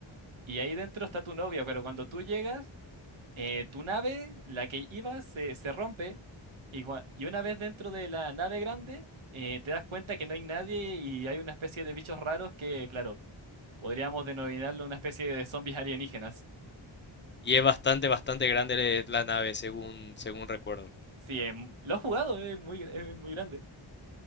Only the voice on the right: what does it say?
Y ahí dentro está tu novia, pero cuando tú llegas, eh, tu nave, la que ibas, se, se rompe. Y, cua- y una vez dentro de la nave grande, eh, te das cuenta que no hay nadie y hay una especie de bichos raros que, claro, podríamos denominarlo una especie de zombies alienígenas.
Sí, em, lo he jugado, es muy, es muy grande.